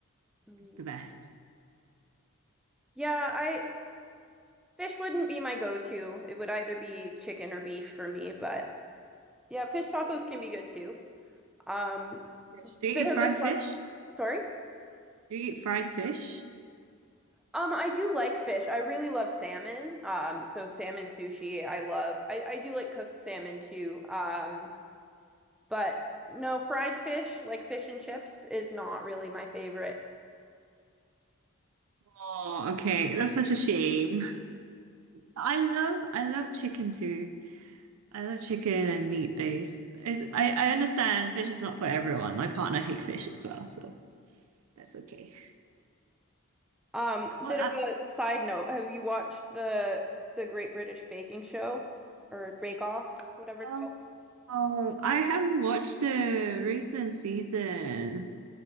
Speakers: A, in the centre; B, on the right.
A: Mm.
B: It's the best.
A: Yeah, I fish wouldn't be my go-to. It would either be chicken or beef for me, but Yeah, fish tacos can be good too. Um,
B: Fish. Do you
A: bit
B: eat
A: of
B: fried
A: a slight,
B: fish?
A: sorry.
B: Do you eat fried fish?
A: Um, I do like fish. I really love salmon. Um, so salmon sushi, I love. I, I do like cooked salmon too. Um, but no, fried fish, like fish and chips, is not really my favorite.
B: Oh, okay. That's such a shame. I love I love chicken too. I love chicken and meat based. Is I, I understand fish is not for everyone. My partner hates fish as well, so that's okay.
A: Um,
B: Well,
A: bit of
B: I,
A: a side note. Have you watched the the Great British Baking Show or Bake Off, whatever it's
B: um,
A: called?
B: oh, I haven't watched the recent season.